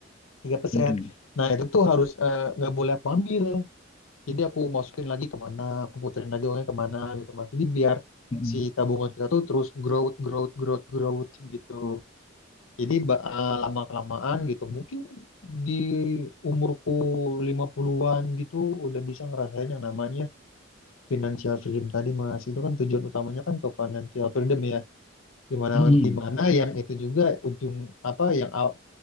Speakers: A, on the left; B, on the left.
A: tiga persen
B: Mm,
A: Nah, itu tuh harus eh, nggak boleh aku ambil. Jadi aku masukin lagi kemana, aku puterin lagi uangnya kemana gitu Mas. Jadi biar
B: mm,
A: si tabungan kita tuh terus growth, growth, growth, growth gitu. Jadi ba- eh, lama-kelamaan gitu, mungkin di umurku 50-an gitu udah bisa ngerasain yang namanya financial freedom tadi Mas. Itu kan tujuan utamanya kan ke financial freedom ya. Dimana
B: mm.
A: dimana
B: <clears throat>
A: yang itu juga ujung apa yang aw-